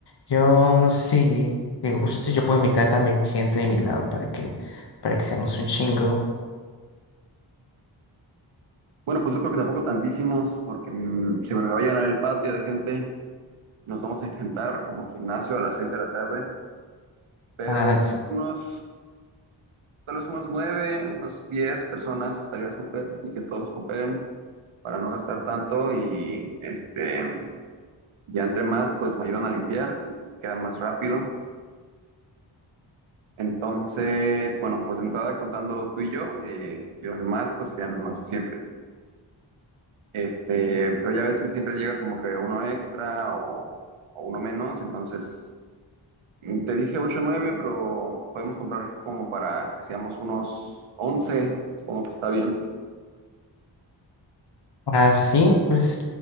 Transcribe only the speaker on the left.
Yo no sé si te guste, yo puedo invitar también gente de mi lado para que, para que seamos un chingo.
Ah, sí.
Así, pues